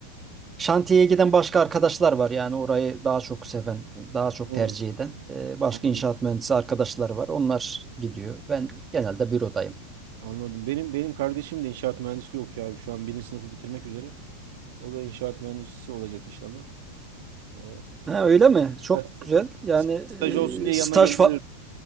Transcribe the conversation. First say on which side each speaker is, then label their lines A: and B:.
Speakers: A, on the right; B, on the right.
A: Şantiyeye giden başka arkadaşlar var yani orayı daha çok seven, daha çok
B: Anladım.
A: tercih eden. e, başka
B: Anladım.
A: inşaat mühendisi arkadaşlar var. Onlar gidiyor. Ben genelde bürodayım.
B: Anladım. Benim benim kardeşim de inşaat mühendisliği okuyor abi. Şu an birinci sınıfı bitirmek üzere. O da inşaat mühendisi olacak inşallah. Ee,
A: Ha, öyle mi? Çok
B: ben
A: güzel. Yani
B: st- staj olsun diye
A: e, staj
B: yanına gönderirim.
A: fa-